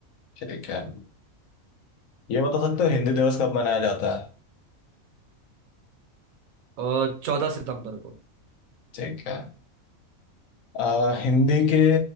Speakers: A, on the left; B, on the right.
A: ठीक है ये बता सकते हो हिंदी दिवस कब मनाया जाता है
B: है चौदह सितंबर को
A: ठीक है अ, हिंदी के